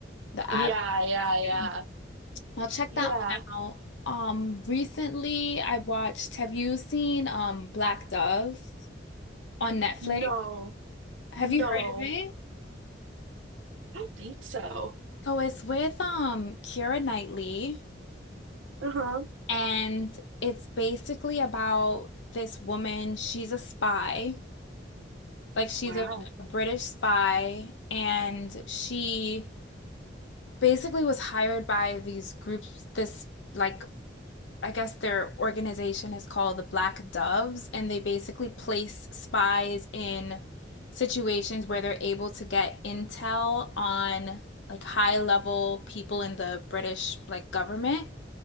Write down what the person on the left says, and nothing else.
the
ad.
Yeah.
I'll check
that one out. Um, recently I watched, have you seen um Black Dove on Netflix?
Have
you heard of it?
So it's with um Keira Knightley,
and it's basically about this woman. She's a spy, like she's
a, a British spy, and she basically was hired by these groups. This like I guess their organization is called the Black Doves, and they basically place spies in situations where they're able to get intel on like high level people in the British like government.